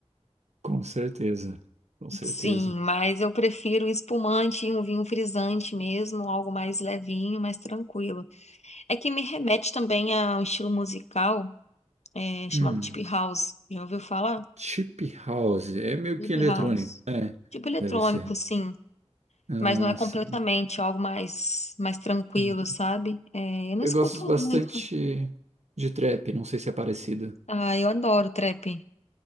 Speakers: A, on the right; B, on the left.
A: com certeza, com certeza.
B: Sim, mas eu prefiro um espumante e um vinho frisante mesmo, algo mais levinho, mais tranquilo. É que me remete também a um estilo musical. é chamado
A: Hum,
B: Deep House. Já ouviu falar?
A: chip house, é meio
B: Deep
A: que eletrônico,
B: House.
A: é,
B: Tipo eletrônico,
A: deve ser.
B: sim.
A: Ah,
B: Mas não é completamente
A: sim.
B: algo mais, mais tranquilo,
A: Hum.
B: sabe? É, eu não
A: Eu
B: escuto
A: gosto bastante
B: muito.
A: de trap, não sei se é parecido.
B: Ah, eu adoro trap.